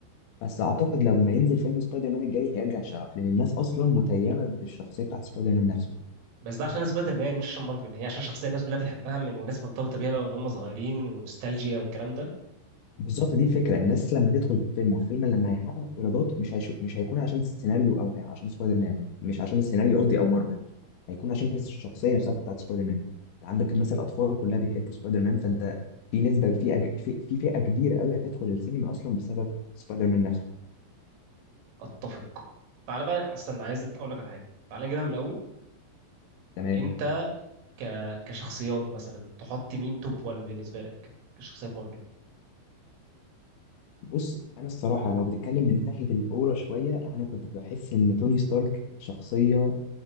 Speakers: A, on the left; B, on the right.
A: بس اعتقد لما ينزل فيلم سبايدر مان الجاي هيرجع شغف لان الناس اصلا متيمه بالشخصيه بتاعت سبايدر مان نفسه
B: بس ده عشان سبايدر مان مش عشان مارفل هي عشان شخصية الناس كلها بتحبها من وناس مرتبطة بيها بقى وإن هم صغيرين ونوستالجيا والكلام ده
A: بالظبط دي الفكره الناس لما تدخل الفيلم والفيلم لما هيحقق ايرادات مش هيشو... مش هيكون عشان السيناريو او هي- عشان سبايدر مان مش عشان السيناريو قصدي او مارفل هيكون عشان الشخصيه نفسها بتاعت سبايدر مان انت عندك مثلا الاطفال كلها بيحبوا سبايدر مان فانت في نسبه في أج... في في فئه كبيره قوي هتدخل السينما اصلا بسبب سبايدر مان نفسه
B: أتفق تعالى بقى استنى عايز أقول لك على حاجة تعالى نجيبها من الأول
A: تمام
B: أنت ك... كشخصيات مثلا تحط مين توب 1 بالنسبة لك كشخصيات مارفل
A: بص انا الصراحه لو بتتكلم من ناحيه الاورا شويه انا كنت بحس ان توني ستارك شخصيه